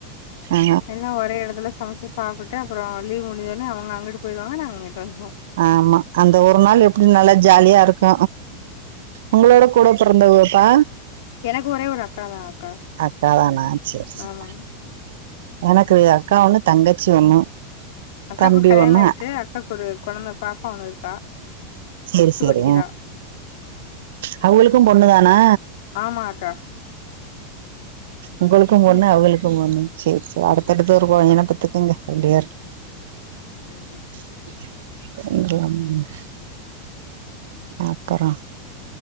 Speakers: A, on the right; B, on the left.
A: ஆ
B: எல்லா ஒரே எடத்துல சமச்சி சா சாப்புட்டு அப்றோ லீவ் முடிஞ்சோனே அவுங்க அங்கட்டு போயிருவாங்க நாங் இங்கிட்டு வந்துருவோ
A: ஆமா அந்த ஒரு நாள் எப்டி நல்லா ஜாலியா இருக்கு உங்களோட கூட பிறந்தவுப்பா
B: எனக்கு ஒரே ஒரு அக்கா தா அக்கா
A: அக்கா தானா சேரி சேரி
B: ஆமா
A: எனக்கு அக்கா ஒன்னு தங்கச்சி ஒண்ணு
B: அக்காக்கு
A: தம்பி
B: கல்யாணம்
A: ஒண்ணு
B: ஆயிட்டு அக்காவுக்கு ஒரு குழந்த பாப்பா ஒண்ணு இருக்கா
A: சேரி
B: ஃபிப்த்
A: சேரி
B: படிக்கிறா
A: அவுங்களுக்கு பொண்ணு தானா
B: ஆமா அக்கா
A: உங்களுக்கு பொண்ணு
B: ம்
A: அவங்களுக்கு பொண்ணு சேரி சேர் அடுத்தடுத்து ஒரு பையன பெத்துக்கங்க ரெண்டு பேரு
B: சேரி அக்கா
A: <unintelligible> அப்பறோ